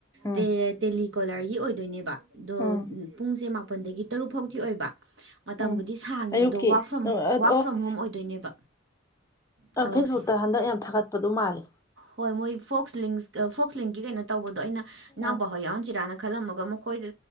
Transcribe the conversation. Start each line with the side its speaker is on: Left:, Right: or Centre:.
Left: ꯎꯝ
Right: ꯗꯦ ꯗꯦꯜꯂꯤ ꯀꯣꯂꯔꯒꯤ ꯑꯣꯏꯗꯣꯏꯅꯦꯕ ꯑꯗꯣ
Left: ꯎꯝ
Right: ꯄꯨꯡꯁꯦ ꯃꯥꯄꯜꯗꯒꯤ ꯇꯔꯨꯛ ꯐꯥꯎꯗꯤ ꯑꯣꯏꯕ ꯃꯇꯝꯕꯨꯗꯤ
Left: ꯎꯝ
Right: ꯁꯥꯡꯉꯦ
Left: ꯑꯌꯨꯛꯀꯤ
Right: ꯑꯗꯣ ꯋꯥꯛ ꯐ꯭ꯔꯣꯝ ꯋꯥꯛ
Left: ꯑꯣ
Right: ꯐ꯭ꯔꯣꯝ ꯍꯣꯝ ꯑꯣꯏꯗꯣꯏꯅꯦꯕ
Left: ꯑ
Right: ꯊꯕꯛꯁꯦ
Left: ꯐꯦꯁꯕꯨꯛꯇ ꯍꯟꯗꯛ ꯌꯥꯝ ꯊꯥꯒꯠꯄꯗ ꯃꯥꯜꯂꯦ
Right: ꯍꯣꯏ ꯃꯣꯏ ꯐꯣꯛꯁ ꯂꯤꯡꯁ ꯐꯣꯛꯁ ꯂꯤꯡꯀꯤ ꯀꯩꯅꯣ ꯇꯧꯕꯗꯣ ꯑꯩꯅ ꯏꯅꯥꯎꯄꯥꯍꫭꯏ
Left: ꯑ
Right: ꯌꯥꯎꯍꯟꯁꯤꯔꯥꯅ ꯈꯜꯂꯝꯃꯒ ꯑꯃꯨ ꯑꯩꯈꯣꯏꯗ